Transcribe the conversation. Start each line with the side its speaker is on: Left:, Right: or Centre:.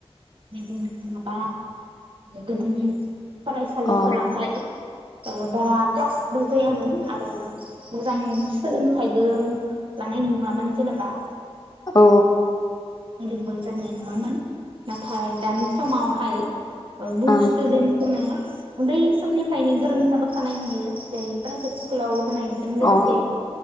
Right: जेरै बुंनो थाङोबा गोदोनि फरायसालिफोरावहाय
Left: अ
Right: ओ बारा क्लासबो जायामोन आरो मोजां सोलोंथाइबो लानाय नुवामोन जेनेबा
Left: औ
Right: गोरोंबो जानाय नुवामोन नाथाय दानि समावहाय ओ बुथ
Left: ओं
Right: स्टुदेन्टखौ उन्दै समनिफ्रायनो गोरों जाबोखानाय नुयो जों प्राइभ स्कुलाव होनायजों लोगोसे
Left: अ